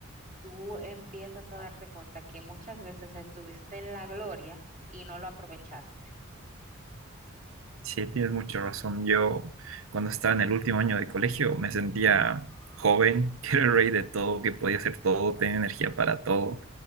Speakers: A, on the right; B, on the right.
A: tú empiezas a darte cuenta que muchas veces estuviste en la gloria y no lo aprovechaste.
B: Sí, tienes mucha razón. Yo, cuando estaba en el último año de colegio, me sentía joven, <laughs> que era el rey de todo, que podía hacer todo, tenía energía para todo.